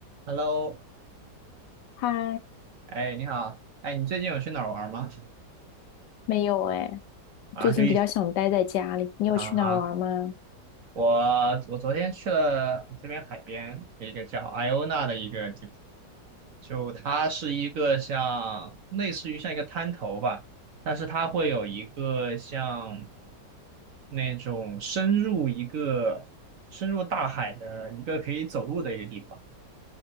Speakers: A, on the right; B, on the left.
A: Hello，
B: 嗨，
A: 哎，你好，哎，你最近有去哪儿玩吗？
B: 没有哎，
A: 啊，
B: 最近比较想待在家里。
A: 就一
B: 你有去哪儿玩吗？
A: 啊，啊，我我昨天去了这边海边一个叫 Iona 的一个地方，就它是一个像类似于像一个滩头吧，但是它会有一个像那种深入一个深入大海的一个可以走路的一个地方，